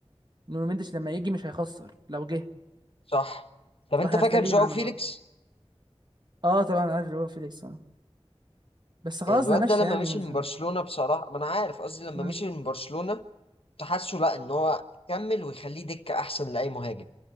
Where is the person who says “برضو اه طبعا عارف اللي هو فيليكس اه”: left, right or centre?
Right